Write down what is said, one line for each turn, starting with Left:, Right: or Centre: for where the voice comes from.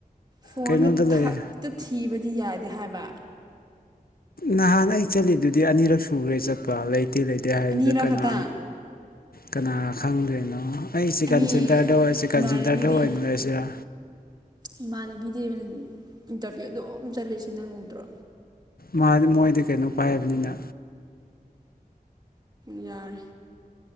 Right: ꯐꯣꯟꯒ
Left: ꯀꯩꯅꯣꯗ ꯂꯩ
Right: ꯊꯛꯇ ꯊꯤꯕꯗꯤ ꯌꯥꯗꯦ ꯍꯥꯏꯕ
Left: ꯅꯍꯥꯟ ꯑꯩ ꯆꯠꯂꯤꯗꯨꯗꯤ ꯑꯅꯤꯔꯛ ꯁꯨꯔꯦ ꯆꯠꯄ ꯂꯩꯇꯦ ꯂꯩꯇꯦ ꯍꯥꯏꯗꯨꯗ
Right: ꯑꯅꯤꯔꯛ
Left: ꯀꯅꯥ
Right: ꯈꯛꯇꯪ
Left: ꯀꯅꯥ ꯈꯪꯗ꯭ꯔꯤꯅꯣ ꯑꯩ ꯆꯤꯛꯀꯟ
Right: ꯃꯤ
Left: ꯁꯦꯟꯇ꯭ꯔꯗꯣ ꯆꯤꯛꯀꯟ
Right: ꯏꯃꯥꯟꯅꯕꯤꯗꯤ
Left: ꯁꯦꯟꯇ꯭ꯔꯗꯣ ꯑꯣꯏꯅ ꯂꯩꯔꯁꯤꯔꯥ
Right: ꯏꯃꯥꯟꯅꯕꯤ ꯗꯦꯕꯂꯤꯟ ꯏꯟꯇ꯭ꯔꯚ꯭ꯌꯨ ꯑꯗꯨꯝ ꯆꯠꯂꯤꯁꯤ ꯅꯪ ꯎꯗ꯭ꯔꯣ
Left: ꯃꯥꯗꯤ ꯃꯣꯏꯗꯤ ꯀꯩꯅꯣ ꯄꯥꯏꯕꯅꯤꯅ
Right: ꯌꯥꯔꯦ